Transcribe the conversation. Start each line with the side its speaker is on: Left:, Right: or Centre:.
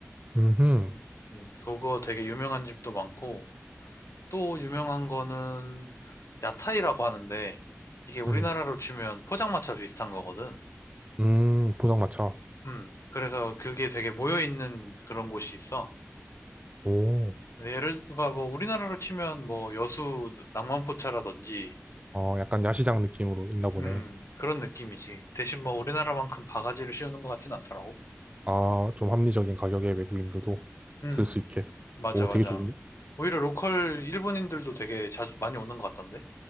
Right: 음,
Left: 음. 음, 그거 되게 유명한 집도 많고 또 유명한 거는 야타이라고 하는데 이게 우리나라로
Right: 음,
Left: 치면 포장마차 비슷한 거거든.
Right: 음, 포장마차.
Left: 음. 그래서 그게 되게 모여 있는 그런 곳이 있어.
Right: 오,
Left: 네, 예를 들어 뭐 우리나라로 치면 뭐 여수 낭만포차라든지
Right: 어, 약간 야시장 느낌으로 있나 보네.
Left: 음 그런 느낌이지 대신 뭐 우리나라만큼 바가지를 씌우는 것 같진 않더라고
Right: 아, 좀 합리적인 가격에 외국인들도
Left: 음
Right: 쓸 수 있게.
Left: 맞아
Right: 오,
Left: 맞아
Right: 되게 좋은데?
Left: 오히려 로컬 일본인들도 되게 자주 많이 오는 것 같던데